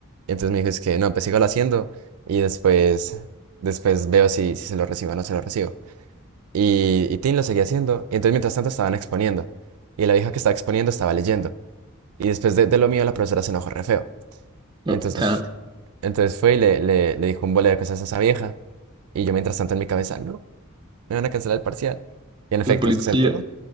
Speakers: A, on the right; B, on the right.
A: Y entonces me dijo, es que no, pues sígalo haciendo y después, después veo si, si se lo recibo o no se lo recibo. Y, y Tim lo seguía haciendo. Y entonces mientras tanto estaban exponiendo. Y la vieja que estaba exponiendo estaba leyendo. Y después de, de lo mío la profesora se enojó re feo.
B: No,
A: Y entonces,
B: o sea,
A: f- entonces fue y le, le, le dijo un bole de cosas a esa vieja. Y yo mientras tanto en mi cabeza, no, me van a cancelar el parcial. Y en efecto,
B: la policía.
A: se sentó,